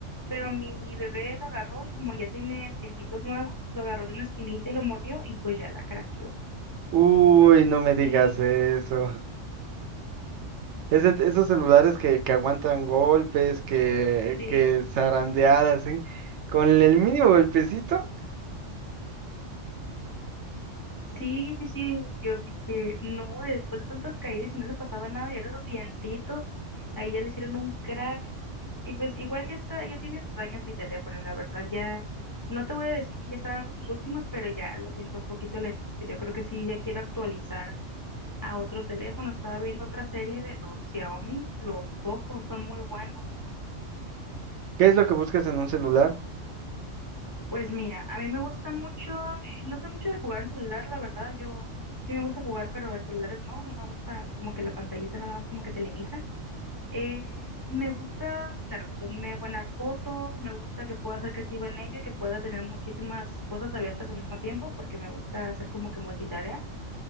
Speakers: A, on the left (about 25°); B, on the right (about 70°).
A: Pero mi bebé lo agarró y como ya tiene dientitos nuevos, lo agarró de una esquinita y lo mordió y pues ya la craqueó.
B: Uy, no me digas
A: Sí,
B: eso. Ese- esos celulares que, que aguantan golpes, que,
A: sí.
B: que zarandeadas, ¿sí? Con el mínimo golpecito,
A: Sí, sí, sí, yo dije, no, después de tantas caídas y no le pasaba nada, y ahora los dientitos, ahí ya le hicieron un crack, y pues igual ya está, ya tiene sus años mi teléfono, y la verdad ya, no te voy a decir que ya está dando sus últimas, pero ya lo siento un poquito lentito, yo creo que sí, ya quiero actualizar a otro teléfono, estaba viendo otra serie de los Xiaomi, los Poco, son muy buenos.
B: ¿qué es lo que buscas en un celular?
A: Pues mira, a mí me gusta mucho, eh, no soy mucho de jugar en celular, la verdad, yo sí me gusta jugar, pero en celulares no, no me gusta como que la pantallita nada más como que te limita. Eh, me gusta, claro, que tome buenas fotos, me gusta que pueda ser creativa en ello y que pueda tener muchísimas cosas abiertas al mismo tiempo, porque me gusta hacer como que multitarea.